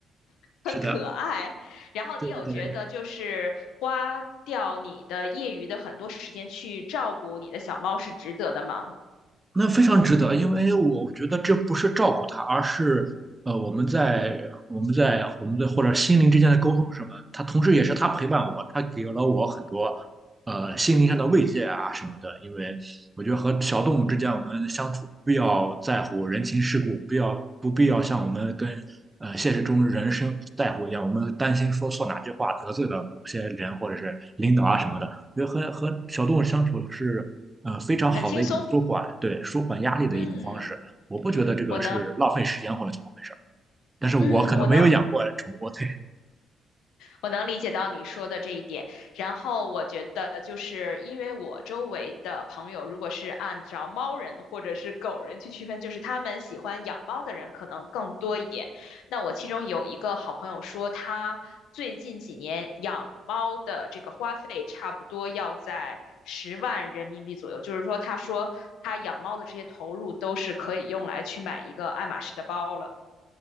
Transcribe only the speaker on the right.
是的，
对对对，那非常值得，因为我觉得这不是照顾他，而是呃我们在我们在我们的或者心灵之间的沟通是什么？他同时也是他陪伴我，他给了我很多呃心灵上的慰藉啊什么的。因为我觉得和小动物之间我们相处不要在乎人情世故，不要不必要像我们跟呃现实中人生在乎一样，我们担心说错哪句话得罪了某些人或者是领导啊什么的。我觉得和和小动物相处是呃，非常好的一种舒缓，
对，舒缓压力的一种方式。
我不觉得这个是浪费时间或者怎么回事儿，
但是我可能没有养过宠物，
对，